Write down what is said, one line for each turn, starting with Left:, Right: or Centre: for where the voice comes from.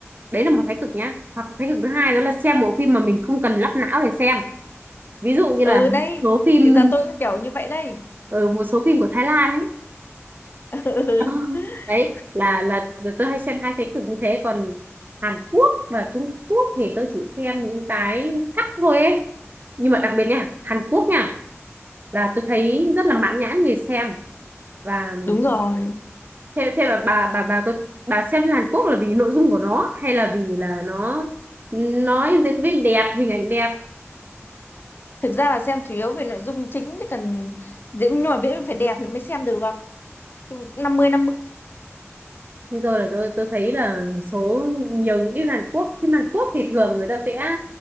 Right: đấy là một thái cực nhá hoặc thái cực thứ hai đó là xem bộ phim mà mình không cần lắp não để xem ví dụ như
Left: ừ
Right: là
Left: đây
Right: số phim
Left: thì giờ tôi cũng kiểu như vậy đây
Right: ở một số phim của Thái Lan ấy
Left: <laughs>
Right: <laughs> Ờ, đấy là, là là tôi hay xem hai thế cực như thế còn Hàn Quốc và Trung Quốc thì tôi chỉ xem những cái cắt thôi ấy nhưng mà đặc biệt nha Hàn Quốc nha là tôi thấy rất là mãn nhãn người xem và
Left: đúng rồi
Right: thế thế mà bà bà bà có bà xem phim Hàn Quốc là vì nội dung của nó hay là vì là nó nói diễn viên đẹp hình ảnh đẹp
Left: Thực ra là xem chủ yếu về nội dung chính chứ cần nhưng mà miễn phải đẹp thì mới xem được. Chung cũng năm mươi
Right: Bây giờ là tôi tôi thấy là một số nhiều những cái Hàn Quốc phim Hàn Quốc thì thường người ta sẽ